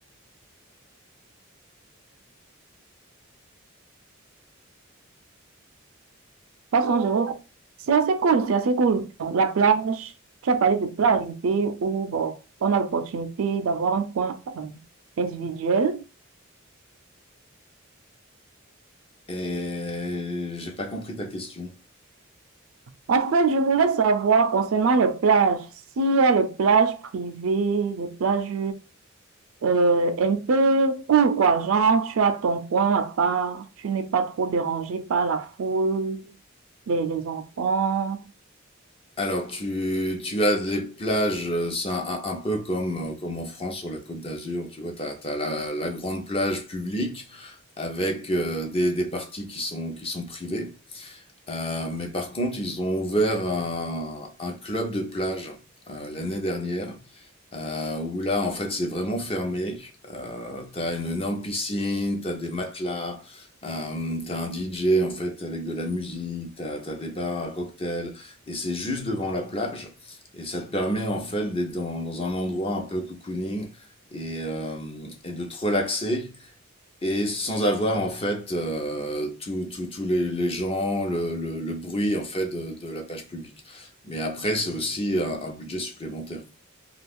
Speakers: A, on the right (about 75°); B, on the left (about 30°).
A: 300 euros, c'est assez cool, c'est assez cool. La plage, tu as parlé de plage, c'était où bon, on a l'opportunité d'avoir un coin euh, individuel.
B: Et j'ai pas compris ta question.
A: En fait, je voulais savoir concernant les plages, s'il y a les plages privées, les plages euh, un peu cool, quoi. Genre, tu as ton coin à part, tu n'es pas trop dérangé par la foule, les, les enfants,
B: Alors, tu, tu as des plages, euh, c'est un, un- un peu comme, euh, comme en France sur la Côte d'Azur, tu vois, tu as, la, la grande plage publique avec euh, des, des parties qui sont, qui sont privées. Euh, mais par contre, ils ont ouvert un, un club de plage euh, l'année dernière euh, où là, en fait, c'est vraiment fermé. Euh, t'as une énorme piscine, t'as des matelas, euh, t'as un DJ, en fait, avec de la musique, t'as, t'as des bars à cocktails, et c'est juste devant la plage. Et ça te permet, en fait, d'être dans, dans un endroit un peu cocooning et, euh, et de te relaxer. Et sans avoir en fait euh, tous tous tous les, les gens, le, le, le bruit en fait de, de la page publique. Mais après, c'est aussi un un budget supplémentaire.